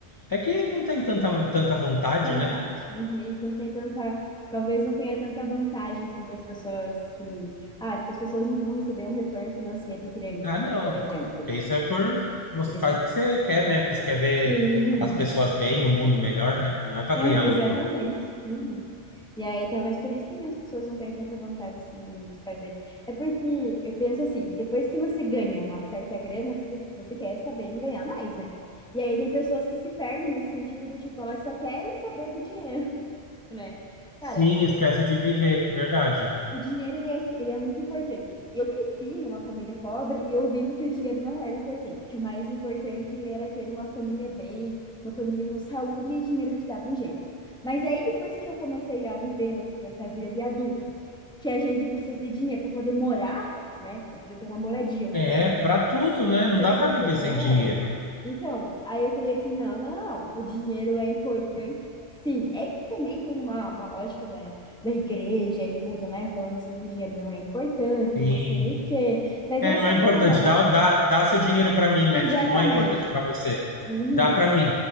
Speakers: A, on the left; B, in the centre.
A: É que não tem tanta, tanta vontade,
B: vontade.
A: né?
B: Uhum. E não tem tanta, talvez não tenha tanta vantagem assim para as pessoas que, ah, tipo, as pessoas não vão receber um retorno financeiro grande,
A: Ah,
B: né?
A: não.
B: Por exemplo,
A: Porque Isso é por. Você
B: eles
A: faz
B: que
A: o que você quer, né? Porque você quer ver
B: sim,
A: as pessoas bem, o mundo melhor, né? Não é pra
B: é,
A: ganhar lucro.
B: exatamente. Uhum. E aí, talvez por isso também as pessoas não tenham tanta vontade assim de, de fazer. É porque eu penso assim, depois que você ganha uma certa grana, você, você quer saber em ganhar mais, né? E aí tem pessoas que se perdem nesse sentido do tipo, elas só querem saber do dinheiro, <laughs> né? Cara,
A: Sim, esquece de viver, verdade.
B: o dinheiro, ele é, assim, ele é muito importante, assim. Eu cresci numa família pobre e ouvindo que o dinheiro não era importante, que o mais importante era ter uma família bem, uma família com saúde e o dinheiro te dava um jeito. Mas aí, depois que eu comecei a viver nesse- nessa vida de adulto, que a gente precisa de dinheiro para poder morar, né, para poder ter uma moradia, um
A: É,
B: teto,
A: pra tudo, né? Não
B: você
A: dá
B: precisa
A: pra viver
B: ter dinheiro?
A: sem dinheiro.
B: Então, aí eu falei assim, não, não, não, não. o dinheiro é importante, sim. É que também tem uma, uma lógica da, da igreja e tudo, né? Falando assim que o dinheiro não é importante,
A: Sim.
B: não sei o quê. Mas
A: É,
B: é
A: não
B: só
A: é importante.
B: pra...
A: Dá, dá, dá seu dinheiro pra mim, né?
B: Exatamente.
A: Tipo, não é importante pra você.
B: Uhum,
A: Dá pra mim.